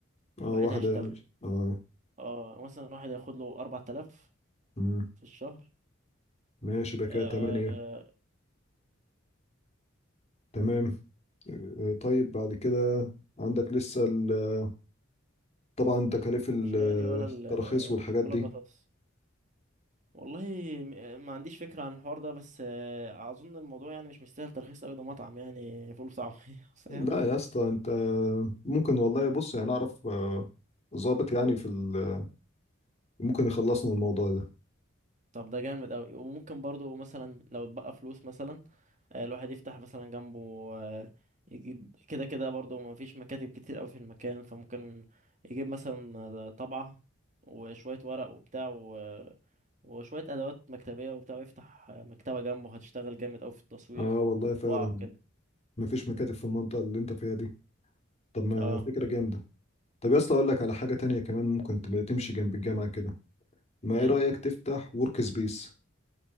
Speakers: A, on the left; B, on the right.
A: اه
B: واحد
A: واحدة
B: هيشتغل
A: يعني اه
B: اه مثلا واحد هياخد له 4000
A: مم.
B: في الشهر
A: ماشي يبقى
B: آه،
A: كده تمانية تمام اه، طيب بعد كده عندك لسه ال- طبعا تكاليف ال-
B: مش غالي ولا ال...
A: التراخيص والحاجات
B: ولا
A: دي
B: البطاطس والله م- ما عنديش فكرة عن الحوار ده بس آه، أظن الموضوع يعني مش مستاهل ترخيص أوي ده مطعم يعني فول وطعمية <laughs> فاهم
A: لا يا اسطى انت ممكن والله بص يعني اعرف اه، ظابط يعني في ال- ممكن يخلصنا من الموضوع ده
B: طب ده جامد أوي وممكن برضو مثلا لو اتبقى فلوس مثلا آه، الواحد يفتح مثلا جنبه آه، يجيب كده كده برضو ما فيش مكاتب كتير أوي في المكان فممكن يجيب مثلا آه، طبعة وشوية ورق وبتاع و- وشوية أدوات مكتبية وبتاع ويفتح آه، مكتبة جنبه هتشتغل جامد أوي في التصوير
A: اه
B: وطباعة
A: والله فعلا
B: وكده
A: مفيش مكاتب في المنطقة اللي انت فيها دي طب ما
B: اه
A: فكرة جامدة طب يا اسطى اقول لك على حاجة تانية كمان ممكن تبقى تمشي جنب الجامعة كده ما
B: ايه
A: ايه رأيك تفتح ورك سبيس